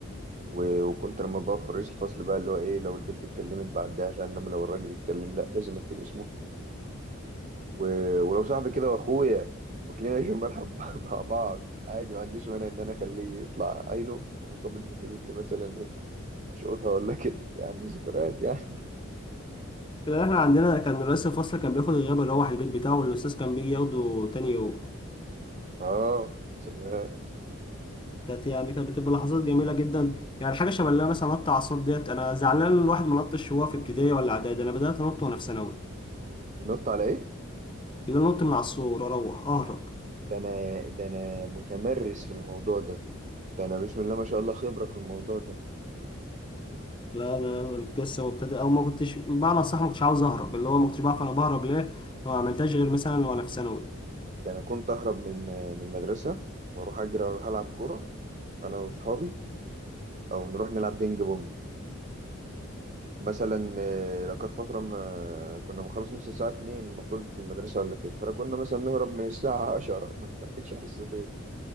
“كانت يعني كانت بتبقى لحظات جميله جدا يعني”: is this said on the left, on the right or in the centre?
Left